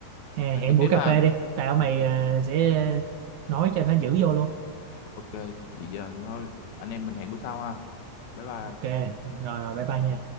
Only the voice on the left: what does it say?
nói chuyện
tiếp
ha
ok
ok vậy giờ thôi anh em mình hẹn bữa sau ha bye bye anh